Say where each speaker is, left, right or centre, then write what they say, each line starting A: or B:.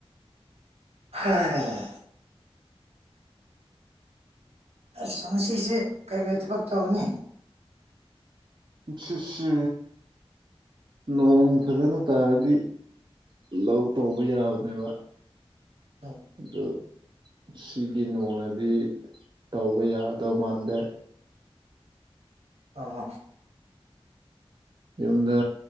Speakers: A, on the right (about 80°); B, on the right (about 50°).
A: ꯍꯥ ꯑꯁ ꯉꯁꯤꯁꯤ ꯀꯔꯤ ꯀꯔꯤ ꯊꯕꯛ ꯇꯧꯒꯅꯤ
B: ꯉꯁꯤꯁꯤ ꯅꯣꯡ ꯐꯖꯅ ꯇꯥꯔꯗꯤ ꯂꯧ ꯇꯧꯕ ꯌꯥꯕꯅꯦꯕ
A: ꯎꯝ
B: ꯑꯗꯨ ꯁꯤꯒꯤ ꯅꯣꯡꯅꯗꯤ ꯇꯧꯕ ꯌꯥꯗꯧ ꯃꯥꯟꯗꯦ
A: ꯑ
B: ꯌꯨꯝꯗ